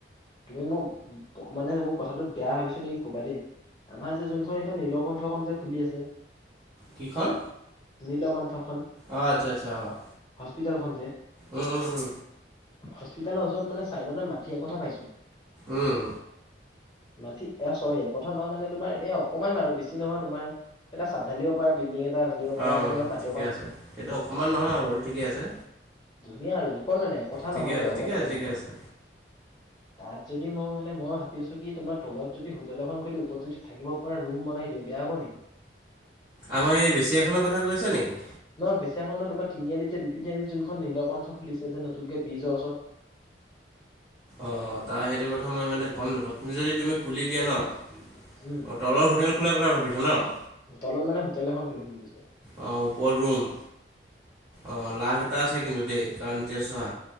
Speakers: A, on the left; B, on the right.
A: তুমি মোৰ মানে মোৰ কথাটো বেয়া ভাবিছো নেকি কবা দেই? আমাৰ এই যে যোনখন এইবাৰ নীলকণ্ঠ খন যে খুলি আছে।
B: কি খন?
A: নীলকণ্ঠখন।
B: অ' আচ্ছা'-আচ্ছা' অ',।
A: হস্পিটেলখন যে।
B: উমঁ-উমঁ-হুম।
A: হস্পিতালৰ ওচৰত মানে চাইডতে মাটিৰ একঠা পাইছো।
B: উম উম
A: মাটি এয়া চৰি একঠা নহয় মানে তোমাৰ এইয়া অকণমান আৰু বেছি নহয়, তোমাৰ- এটা চাব্ধঢালিব পাৰে বিল্ডিঙৰ- ধালিব পৰা
B: অঁ
A: মানে
B: অঁ
A: মাটি
B: ঠিকে
A: অকণ পাইছো।
B: আছে সেইটো অকণমান নহয় আৰু ঠিকে আছে
A: ধুনীয়া আৰু- জোখত মানে একঠা
B: ঠিকে
A: নহয়
B: আছে
A: গে
B: ঠিকে
A: অলপ
B: আছে
A: কম
B: ঠিকে
A: হ'ব।
B: আছে
A: তা'ত যদি মই মানে মই ভাবি আছো কি তোমাৰ তলত যদি হোটেল এখন খুলি ওপৰত যদি থাকিব- পুৰা ৰুম বনাই দিওঁ বেয়া হ'ব নেকি?
B: আমাৰ এই বেচিয়াখনৰ কথা কৈছে নেকি?
A: নহয় বেচখণত তোমাৰ তিনিআলি যে বিপি আলিত যোনখন নীল কণ্ঠ খুলিছে নতুনকে বীজৰ ওচৰত।
B: অ', তাৰ সেইটো কথা মই মানে গম নাপাওঁ তুমি যদি তুমি খুলি দিয়া ন'।
A: উম'।
B: অঁ তলৰ হোটেল খোলাৰ কথা ভাবিছা ন'?
A: তলত মানে হোটেল এখন খুলিম বুলিছোঁ।
B: অঁ ওপৰত ৰুম, অঁ লাভ এটা আছে কিন্তু দেই কাৰণ এতিয়া চোৱা।